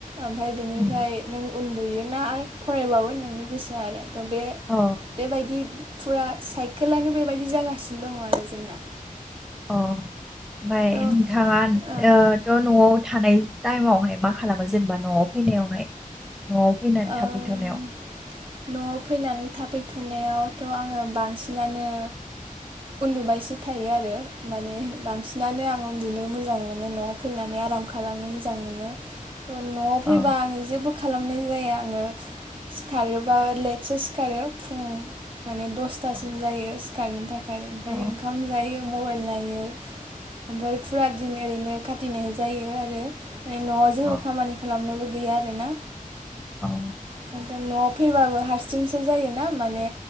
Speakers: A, on the right; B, in the centre.
A: ओमफ्राय बेनिफ्राय
B: उम
A: नों उन्दुयोना आरो फरायबावो नोंनि गोसोआ आरो थ' बे
B: अ
A: बेबायदि फुरा साइकेलानो बेबायदि जागासिनो दङ आरो जोंना
B: अ ओमाय
A: थ'
B: नोंथाङाथ'
A: ओं
B: न'आव थानाय टाइमावहाय मा खालामो जेनेबा न'आव फैनायावहाय न'आव फैनानै
A: ओम
B: थाफैथ'नायाव
A: न'आव फैनानै थाफैथ'नायावथ' आङो बांसिनानो उन्दुबायसो थायो आरो माने बांसिनानो आं उन्दुनो मोजां मोनो न' फैनानै आराम खालामनो मोजां मोनो थ न'आव
B: अ
A: फैबा आङो जेबो खालामनाय जायो आङो सिखारोबा लेटसो सिखारो फुं माने दसथासिम
B: अ
A: जायो सिखारनो था खाय ओमफ्राय
B: अ
A: ओंखाम जायो मबाइल नायो। ओमफ्राय फुरा दिन ओरैनो खाथिनाय जायो आरो फ्राय न'आव जेबो
B: औ
A: खामानि खालामनोबो गैया आरो ना
B: औ
A: खायथन न'आव फैबाबो हारसिंसो जायोना माने